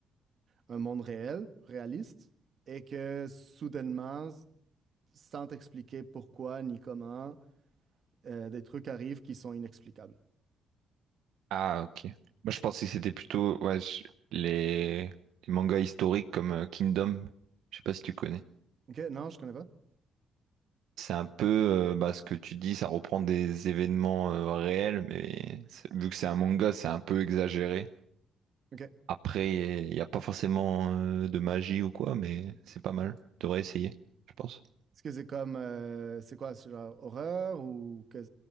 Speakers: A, on the right; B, on the right.
A: un monde réel, réaliste, et que soudainement, sans t'expliquer pourquoi ni comment, euh, des trucs arrivent qui sont inexplicables.
B: Ah ok. Moi je pensais que c'était plutôt ouais, je- les... les mangas historiques comme euh, Kingdom, je sais pas si tu connais.
A: Ok, non, je connais pas.
B: C'est un peu euh, bah, ce que tu dis, ça reprend des événements euh, réels, mais c'est- vu que c'est un manga, c'est un peu exagéré.
A: Ok.
B: Après, il n'y a pas forcément euh, de magie ou quoi, mais c'est pas mal. T'aurais essayer, je pense.
A: Est-ce que c'est comme, euh, c'est quoi, c'est genre horreur ou que